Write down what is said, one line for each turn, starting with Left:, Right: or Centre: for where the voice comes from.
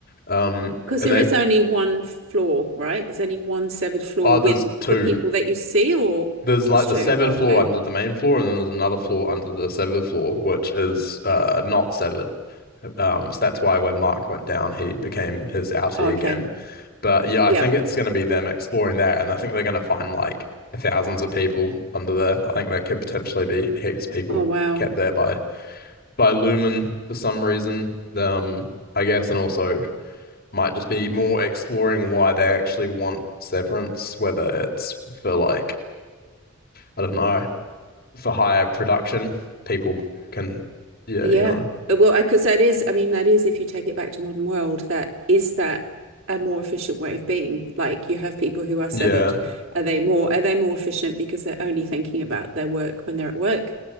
Left: Um,
Right: Because
Left: and
Right: there
Left: then
Right: is only one floor, right? There's only one severed floor
Left: oh, there's
Right: with the
Left: two.
Right: people that you see, or
Left: There's like
Right: there's two.
Left: the severed
Right: Oh,
Left: floor
Right: okay.
Left: under the main floor, and then there's another floor under the severed floor, which is uh, not severed. Um, so that's why when Mark went down, he became his outie
Right: Oh, okay.
Left: again. But yeah, I
Right: Yep.
Left: think it's going to be them exploring that, and I think they're going to find like thousands of people under there. I think there could potentially be heaps of people
Right: Oh, wow.
Left: kept there by by Lumen for some reason. Um, I guess, and also might just be more exploring why they actually want Severance, whether it's for like I don't know, for higher production, people can, yeah,
Right: Yeah.
Left: you know,
Right: Uh, Well, because that is, I mean, that is, if you take it back to modern world, that is that a more efficient way of being. Like you have people who are severed.
Left: yeah,
Right: Are they more, are they more efficient because they're only thinking about their work when they're at work?